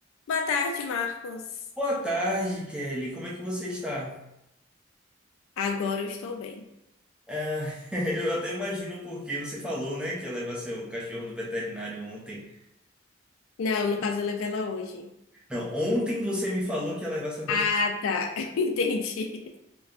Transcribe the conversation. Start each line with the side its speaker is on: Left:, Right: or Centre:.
Left: Boa tarde, Marcos.
Centre: Boa tarde, Kelly. Como é que você está?
Left: Agora eu estou bem.
Centre: É, <laughs> eu até imagino porque você falou, né, que ia levar seu cachorro no veterinário ontem.
Left: Não, no caso eu levei ela hoje.
Centre: Não, ontem você me falou que ia levar seu cachorro.
Left: Ah, tá. <laughs> Entendi.